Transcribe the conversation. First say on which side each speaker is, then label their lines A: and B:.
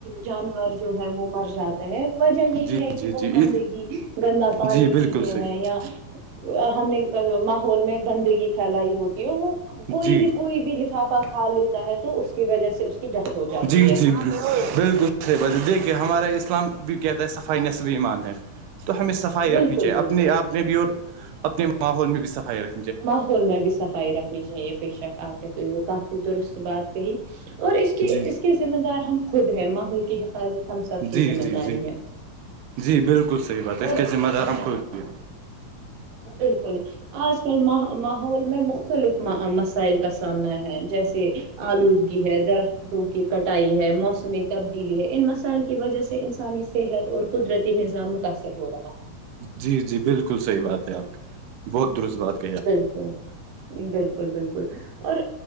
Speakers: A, on the right; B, on the right.
A: جانور جو ہے وہ مر جاتا وجہ یہی
B: جی
A: ہے
B: جی
A: کہ وہ
B: جی
A: گندگی گندا پانی
B: جی بالکل
A: پیتے
B: صحیح
A: ہیں یا ہم نے ماحول میں گندگی پھیلائی ہوتی ہے وہ کوئی
B: جی
A: بھی کوئی بھی لفافہ کھا لیتا ہے تو اس کی وجہ سے اس کی ڈیتھ ہو جاتی
B: جی
A: ہے
B: جی بالکل صح بات ہے دیکھیے ہمارا اسلام بھی کہتا ہے صفائی نصل ایمان ہے تو ہمیں صفائی
A: بالکل
B: رکھنی چاہیے اپنے
A: بالکل
B: آپ نے بھی اور اپنے ماحول میں بھی صفائی رکھ
A: ماحول میں بھی صفائی رکھنی چاہیے بے شک آپ نے تو یہ کافی درست بات کہی اور اس کے
B: جی
A: اس کے ذمہ دار ہم خود ہے ماحول کی حفاظت ہم سب کی
B: جی
A: ذمہ
B: جی
A: داری
B: جی
A: ہے
B: جی بالکل صحیح بات ہے اس
A: اور
B: کے ذمہ دار ہم کو شہ
A: بالکل آ آج کل ماحول میں مختلف مسائل کا سامنا ہے جیسے آلودگی ہے درخت جو کی کٹائی ہے موسمی تبدیلی ہے ان مسائل کی وجہ سے انسانی صحت اور قدرتی نظام متاثر ہو رہا ہے
B: جی جی بالکل صحیح بات ہے آپ کی بہت درست بات ہے
A: بالکل بالکل بالکل اور